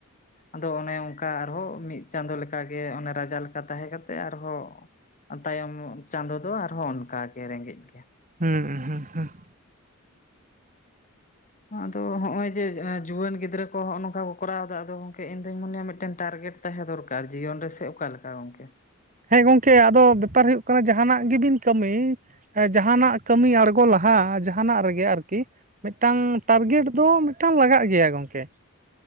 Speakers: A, on the left (about 35°); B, on the right (about 35°).
A: ᱟᱫᱚ ᱚᱱᱮ ᱚᱱᱠᱟ ᱾ ᱚᱱᱠᱟ ᱟᱨᱦᱚᱸ ᱢᱤᱫ ᱪᱟᱸᱫᱳ ᱞᱮᱠᱟᱜᱮ ᱚᱱᱮ ᱨᱟᱡᱟ ᱞᱮᱠᱟ ᱛᱟᱦᱮᱸ ᱠᱟᱛᱮᱜ ᱟᱨᱦᱚᱸ ᱛᱟᱭᱚᱢ ᱪᱟᱸᱫᱚ ᱫᱚ ᱟᱨᱦᱚᱸ ᱚᱱᱠᱟᱜᱮ ᱨᱮᱸᱜᱮᱡ ᱜᱮᱭᱟ ᱾
B: ᱦᱩᱸ ᱻᱦᱩᱸ ᱻᱦᱩᱸᱻ ᱾
A: ᱟᱫᱚ ᱦᱚᱜ-ᱚᱭ ᱡᱮ ᱡᱩᱣᱟᱹᱱ ᱜᱤᱫᱽᱨᱟᱹ ᱠᱚ ᱦᱚᱜᱚ ᱱᱚᱝᱠᱟ ᱠᱚ ᱠᱚᱨᱟᱣᱮᱫᱟ ᱟᱫᱚ ᱜᱚᱝᱠᱮ ᱤᱧ ᱫᱩᱧ ᱢᱚᱱᱮᱭᱟ ᱢᱤᱫᱴᱮᱱ ᱴᱟᱨᱜᱮᱴ ᱾ ᱛᱟᱦᱮᱸ ᱫᱚᱨᱠᱟᱨ ᱡᱤᱭᱚᱱ ᱨᱮᱥᱮ ᱚᱠᱟᱞᱮᱠᱟ ᱜᱚᱝᱠᱮ ᱾
B: ᱦᱮᱸ ᱜᱚᱢᱠᱮ ᱟᱫᱚ ᱵᱮᱯᱟᱨ ᱦᱩᱭᱩᱜ ᱠᱟᱱᱟ ᱡᱟᱦᱟᱱᱟᱜ ᱜᱮᱵᱤᱱ ᱠᱟᱹᱢᱤ ᱡᱟᱦᱟᱱᱟᱜ ᱠᱟᱹᱢᱤ ᱟᱬᱜᱚ ᱞᱟᱦᱟ ᱡᱟᱦᱟᱱᱟᱜ ᱨᱮᱜᱮ ᱟᱨᱠᱤ ᱢᱤᱫᱴᱟᱝ ᱴᱟᱨᱜᱮᱴ ᱫᱚ ᱢᱤᱫᱴᱟᱝ ᱞᱟᱜᱟᱜ ᱜᱮᱭᱟ ᱜᱚᱢᱠᱮ